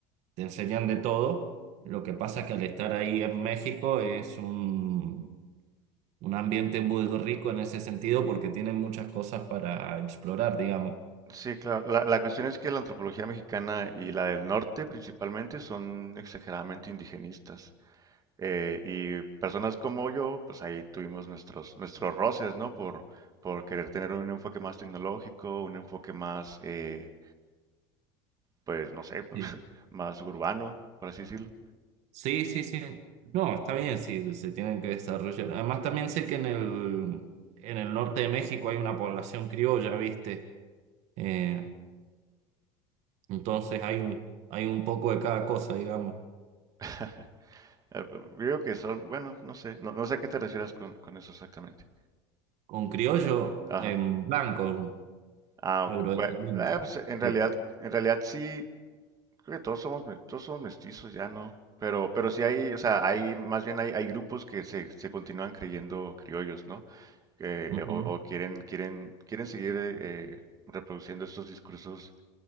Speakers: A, on the right; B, on the right.
A: te enseñan de todo. Lo que pasa es que al estar ahí en México es un, un ambiente muy rico en ese sentido porque tienen muchas cosas para explorar, digamos.
B: Sí, claro. La, la cuestión es que la antropología mexicana y la del norte principalmente son exageradamente indigenistas. Eh, y personas como yo, pues ahí tuvimos nuestros, nuestros roces, ¿no? Por, por querer tener un enfoque más tecnológico, un enfoque más, eh, pues no sé, <laughs>
A: Sí,
B: más urbano, por así decirlo.
A: sí, sí. sí. No, está bien, sí, se tienen que desarrollar. Además, también sé que en el, en el norte de México hay una población criolla, ¿viste? Eh, entonces hay, un- hay un poco de cada cosa, digamos.
B: <laughs> Eh, creo que son, bueno, no sé, no, no sé a qué te refieras con, con eso exactamente.
A: Con criollo,
B: Ajá.
A: en blanco, un
B: Ah, ok,
A: eurodescendiente.
B: bue- eh, pues, en realidad,
A: Sí.
B: en realidad sí, creo que todos somos, me- todos somos mestizos, ya no. Pero, pero sí hay, o sea, hay, más bien hay, hay grupos que se, se continúan creyendo criollos, ¿no? Que-
A: Ujú.
B: o, o quieren, quieren, quieren seguir eh, reproduciendo estos discursos,